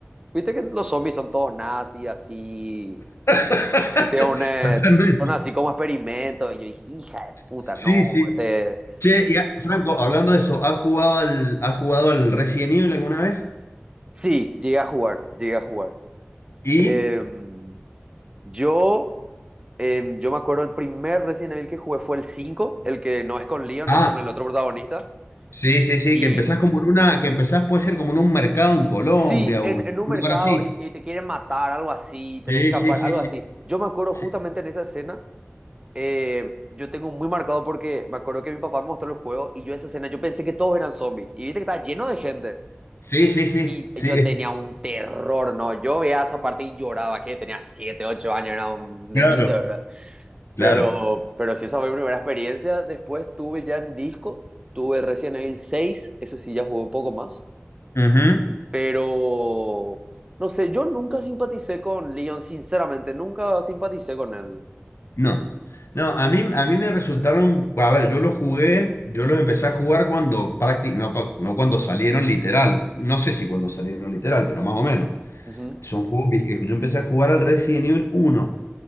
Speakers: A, on the right; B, on the left.
A: Viste que los zombies son todos nazis, así
B: <laughs>
A: eh, tiene una,
B: Totalmente.
A: son así como experimentos. Y yo dije, hija de puta,
B: Sí,
A: no.
B: sí.
A: Este...
B: Che, y ah, Franco, hablando de eso, ¿has jugado al, has jugado al Resident Evil alguna vez?
A: Sí, llegué a jugar, llegué a jugar.
B: Y.
A: Em, yo, em, yo me acuerdo el primer Resident Evil que jugué fue el 5 el que no es con Leon,
B: Ah,
A: es con el otro protagonista.
B: sí, sí, sí,
A: Y
B: que empezás como en una. Que empezás, puede ser como en un mercado en Colombia
A: sí, en,
B: o en
A: en un
B: un
A: mercado
B: lugar así.
A: y, y te quieren matar, algo así, tenés
B: Sí,
A: que
B: sí,
A: escapar,
B: sí,
A: algo
B: sí.
A: así. Yo me acuerdo
B: Sí,
A: justamente en esa escena, eh, yo tengo muy marcado porque me acuerdo que mi papá me mostró el juego y yo esa escena, yo pensé que todos eran zombies. Y viste que estaba lleno de gente.
B: sí, sí, sí.
A: Y
B: sí,
A: yo tenía un terror, ¿no? Yo veía esa parte y lloraba, que tenía 7 8 años, era un nenito,
B: <laughs> Claro,
A: ¿verdad?
B: claro.
A: Pero, pero sí, esa fue mi primera experiencia. Después tuve ya en disco, tuve Resident Evil seis ese sí ya jugó un poco más.
B: Ujú.
A: Pero, no sé, yo nunca simpaticé con Leon, sinceramente, nunca simpaticé con él.
B: No. No, a mí, a mí me resultaron. A ver, yo los jugué, yo los empecé a jugar cuando. prácti- No, pa- no cuando salieron literal. No sé si cuando salieron literal, pero más o menos.
A: Ujú.
B: Son juegos vie- Yo empecé a jugar al Resident Evil uno